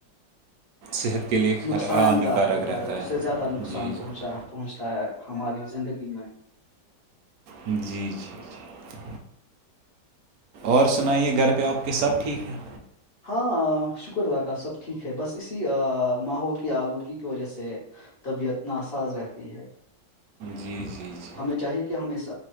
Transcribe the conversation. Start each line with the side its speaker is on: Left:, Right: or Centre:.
Right: صحت کے لیے
Left: نقصان
Right: ہانیکارک
Left: دہ ہوتا
Right: رہتا
Left: ہے اس
Right: ہے
Left: سے زیادہ نقصان
Right: جی جی
Left: پہنچا- پہنچتا ہے ہماری زندگی میں-
Right: جی- جی- جی اور سنائیے گھر پہ آپ کے سب ٹھیک ہیں-
Left: ہاں شکرداکاہ سب ٹھیک ہے بس اسی ماحول کی آلودگی کی وجہ سے- طبیعت ناساز رہتی ہے-
Right: جی- جی- جی
Left: ہمیں چاہیے کہ ہم اس